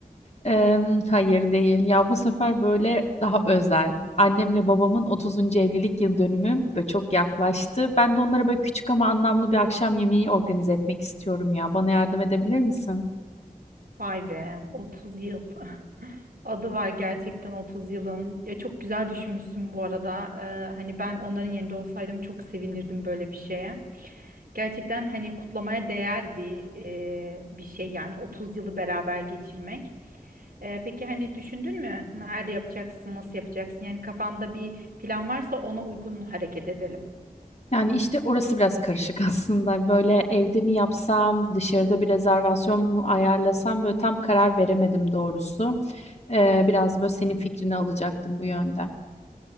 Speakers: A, on the left; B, on the right.
A: Eee, hayır değil. Ya bu sefer böyle daha özel. Annemle babamın 30. evlilik yıl dönümü ve çok yaklaştı. Ben de onlara böyle küçük ama anlamlı bir akşam yemeği organize etmek istiyorum ya. Bana yardım edebilir misin?
B: Vay be, 30 yıl. <laughs> Adı var gerçekten 30 yılın. Ya çok güzel düşünmüşsün bu arada. E, hani ben onların yerinde olsaydım çok sevinirdim böyle bir şeye. Gerçekten hani kutlamaya değer bir e, bir şey yani 30 yılı beraber geçirmek. E, peki hani düşündün mü? Nerede yapacaksın? Nasıl yapacaksın? Yani kafanda bir plan varsa ona uygun hareket edelim.
A: Yani işte orası biraz karışık <laughs> aslında. Böyle evde mi yapsam, dışarıda bir rezervasyon mu ayarlasam böyle tam karar veremedim doğrusu. Ee, biraz böyle senin fikrini alacaktım bu yönde.